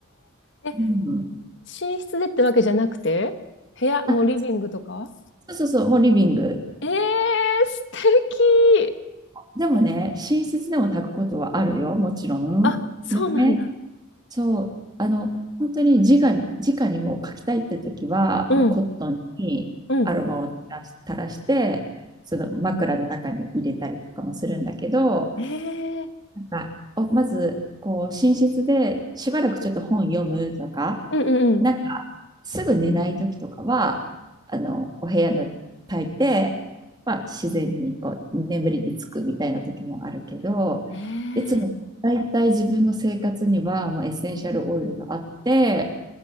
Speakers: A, on the left; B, on the right.
A: え、
B: うん。
A: 寝室でってわけじゃなくて部屋、もうリビングとか
B: あ、そうそうそうそう、もうリビング。
A: えー、素敵。
B: でもね、寝室でも炊くことはあるよ、もちろん。
A: あ、そうなんだ。
B: ね、そう、あの、本当に直に、直にもう書きたいって時は、
A: うん。
B: もうコットンにアロマを垂らし垂らして、
A: うん。
B: その枕の中に入れたりとかもするんだけど、
A: えー
B: なんかおまず、こう、寝室でしばらくちょっと本読むとか、
A: うんうんうん。
B: なんか、すぐ寝ない時とかは、あの、お部屋の炊いて、まあ、自然にこう眠りにつくみたいな時もあるけど、
A: ええ
B: いつもだいたい自分の生活にはもうエッセンシャルオイルがあって、